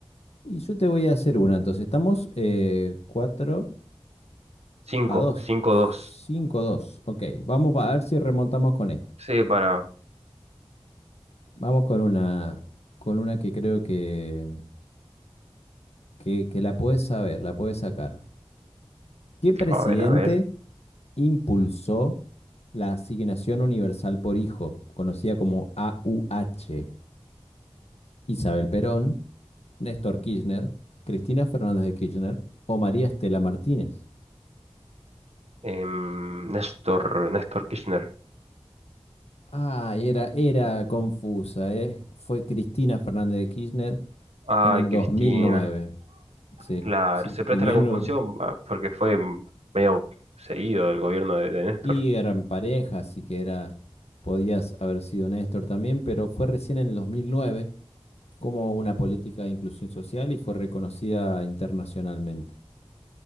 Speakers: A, on the left; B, on the right.
A: Y yo te voy a hacer una, entonces estamos eh, 4
B: Cinco,
A: a 2,
B: cinco
A: 5
B: dos.
A: a 2. Ok, vamos a ver si remontamos con esta.
B: Sí, para.
A: Vamos con una, con una que creo que, que, que la puedes saber, la puedes sacar. ¿Qué presidente
B: A ver, a ver.
A: impulsó la Asignación Universal por Hijo, conocida como AUH, Isabel Perón, Néstor Kirchner, Cristina Fernández de Kirchner o María Estela Martínez.
B: em, Néstor, Néstor Kirchner.
A: Ah, era, era confusa. eh. Fue Cristina Fernández de Kirchner
B: Ay,
A: en el
B: Cristina.
A: 2009. Sí,
B: Claro,
A: sí,
B: se presta
A: si bien...
B: la confusión
A: uh,
B: ah, porque fue medio seguido el gobierno de, de Néstor
A: Y eran pareja, así que era... Podías haber sido Néstor también, pero fue recién en el 2009 como una política de inclusión social y fue reconocida internacionalmente.